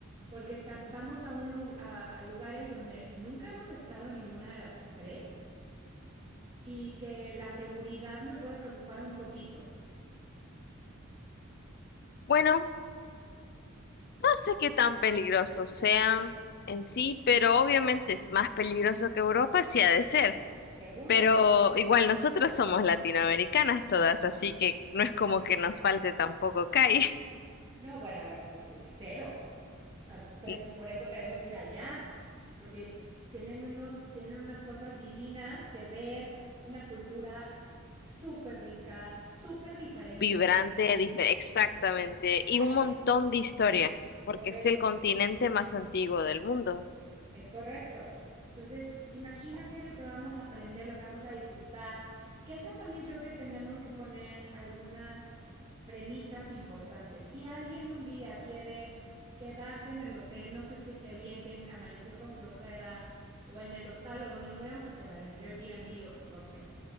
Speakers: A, on the right; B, on the left.
A: porque tam- vamos a, un lu- a- a lugares donde nunca hemos estado en ninguna de las tres y que la seguridad me puede preocupar un poquito.
B: Bueno. No sé qué tan peligrosos sean en sí, pero obviamente es más peligroso que Europa, sí ha de ser.
A: Seguro.
B: Pero igual nosotros somos latinoamericanas todas, así que no es como que nos falte tampoco calle.
A: No, bueno, a ver, cero. Ah,
B: <laughs>
A: Pero
B: Y
A: si por eso queremos ir allá, porque tienen unos, tienen unas cosas divinas que ver, una cultura súper rica, súper diferente.
B: Vibrante, difer- exactamente, y
A: A
B: un
A: lo
B: montón de historia, porque
A: correcto.
B: es el continente más antiguo del mundo.
A: Es correcto. Entonces, imagínate lo que vamos a aprender, lo que vamos a disfrutar, que esa también creo que tenemos que poner algunas premisas importantes. Si alguien un día quiere quedarse en el hotel, no se siente bien, tiene, amaneció con flojera, o en el hostal o donde nos vayamos a quedar, en el Airbnb o no sé,